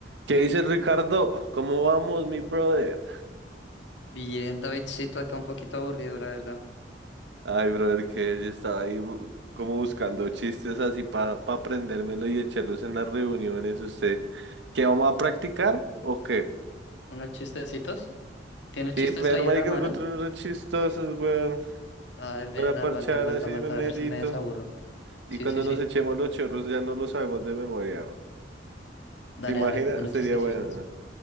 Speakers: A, on the right (about 70°); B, on the left (about 80°).
A: ¿Qué dice Ricardo? ¿Cómo vamos, mi brother?
B: Bien, Davidcito, acá un poquito aburrido, la verdad.
A: Ay, brother, que yo estaba ahí bu- como buscando chistes así para aprendérmelo y echarlos en las reuniones. ¿Usted qué vamos a practicar o qué?
B: ¿Unos chistecitos? ¿Tiene
A: Sí,
B: chistes
A: pero
B: ahí
A: marica,
B: a la mano?
A: me encontré unos re chistosos, weón,
B: Ay, ven,
A: para parchar
B: aguanta, aguanta,
A: así
B: aguanta,
A: me melito.
B: a ver si me desaburro.
A: Y
B: Sí,
A: cuando
B: sí, sí.
A: nos echemos los chorros ya no lo sabemos de memoria, weón.
B: Dale,
A: ¿Se imagina?
B: dale, unos
A: Sería
B: chistecitos.
A: bueno.